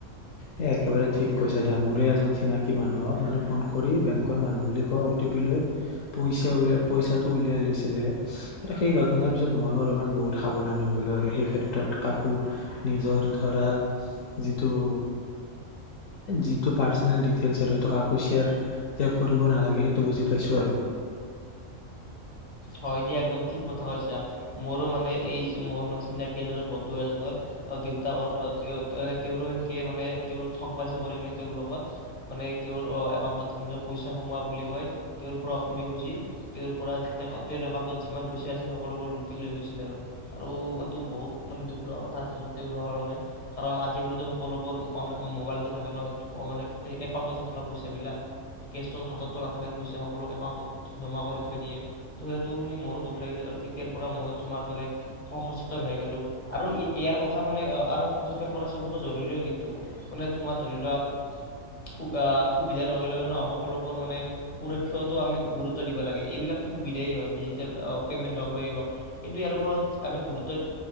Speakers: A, on the left; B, on the left.
A: এ একেবাৰে ঠিক কৈছ দা মোৰে এজন চিনাকি মানুহক মানে ফোন কৰি বেংকৰ মানুহ বুলি কয় অটি পি লৈ পইচাল পইচাটো উলিয়াই লৈছিলে সেই ঘটনাৰ পিছত ময়ো অলপমান বহুত সাৱধান হৈ গলো আৰু সেই ক্ষেত্ৰত কাকো নিজৰ ধৰা যিটো। যিটো পাৰচনেল দিটেলছ আৰু কাকো সেয়াৰ যে কৰিব নালাগে সেইটো বুজি পাইছোঁ আৰু।
B: হয় দিয়া একদম ঠিক কথা কৈছা মোৰো মানে এই মোৰ মানে চিনাকি এজনৰ বন্ধু এজনৰ দেউতাকৰ তেওঁ তেওঁৰো এনকে মানে তেওঁ ঠগ বাজি কৰি কিনে তেওঁৰ লগত মানে তেওঁৰ একাউণ্টত এনেকৈ পইচা সোমোৱা বুলি কয় তেওঁৰ পৰা অউ টি পি খুজি তেওঁৰ পৰা যে তেওঁৰ একাউণ্টত যিমান পইচা আছিল সকলোবোৰ লুটি লৈ গৈছিল আৰু এইটো বহুত মানে দুখ লোৱা কথা আছিল আৰু তেওঁলোকৰ কাৰণে কাৰণ আজিকালিটো সকলোবোৰ মোবাইলতে থাকে ন, মানে একাউণ্টত থাকে ন পইচাবিলাক কেচটো হাততো নাথাকে পইচা সকলো একাউণ্টত জমা কৰি থৈ দিয়ে। ত সেইটো শুনি মোৰো দুখ লাগিছিল, আৰু তেতিয়াৰ পৰা মই তোমাৰ দৰে সচেতন হৈ গলো আৰু ইয়াৰ কথা মানে আৰু সচেতন কৰা চবকে জৰুৰীও কিন্তু মানে তোমাৰ ধৰি লোৱা আহ সুবিধাৰ লগে লগে ন সকলোবোৰ মানে সুৰক্ষাতো আমি গুৰুত্ব দিব লাগে এইবিলাক। সুবিধাই হয় ডিজিটেল পে'মেণ্ট হওক বা এই হওক কিন্তু ইয়াৰ ওপৰত আমি গুৰুত্ব